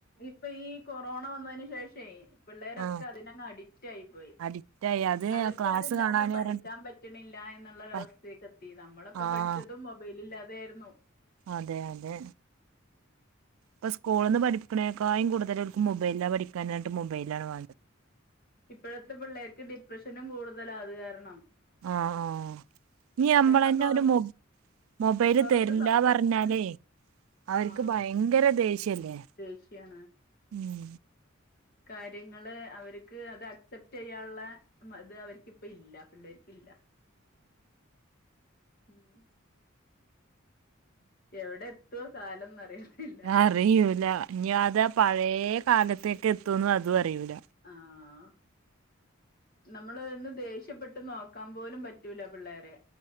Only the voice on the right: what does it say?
ആഹ്
അഡിക്റ്റ് ആയി അത്
ക്ലാസ്
കാണാന്
പറഞ്ഞിട്ട്
പ
ആഹ്
അതെ അതെ. പ്പൊ സ്കൂള്ന്ന് പഠിപ്പിക്ക്ണേക്കായും കൂടുതൽ ഓൽക്ക് മൊബൈൽലാ പഠിക്കാനായിട്ട് മൊബൈലാണ് വേണ്ടത്.
ആഹ് ആഹ്. ഇനി അമ്പളെന്നെ
ഒരു മൊ മൊബൈല്
തര്ല്ല
പർഞ്ഞാലേ. അവർക്ക്
ഭയങ്കര ദേഷ്യല്ലേ
ഉം.
ഞ അറിയൂല ഞ്ഞി അതെ പയേ കാലത്തേക്ക് എത്തുംന്ന് അതും അറിയൂല